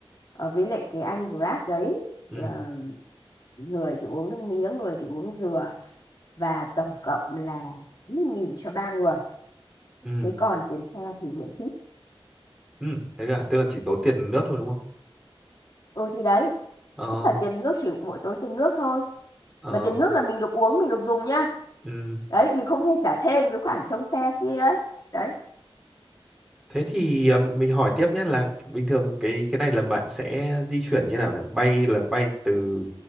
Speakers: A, on the left; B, in the centre.
A: ờ, với lại cái anh Grab đấy,
B: ừ
A: ờ, người thì uống nước mía, người thì uống dừa. Và tổng cộng là 1 nghìn cho ba người.
B: ừ
A: Thế còn tiền xe thì miễn phí.
B: ừ thế cả tức là chỉ tốn tiền nước thôi đúng không
A: Ừ thì đấy
B: ờ
A: Tức là tiền nước chỉ mỗi tốn tiền nước thôi
B: ờ
A: mà tiền nước
B: ờ.
A: là mình được uống mình được dùng nhá
B: ừ
A: đấy mình không nên trả thêm cái khoản trông xe kia ấy. đấy
B: thế thì ờ, mình hỏi tiếp nhé là bình thường cái cái này là bạn sẽ di chuyển như nào nhỉ? bay là bay từ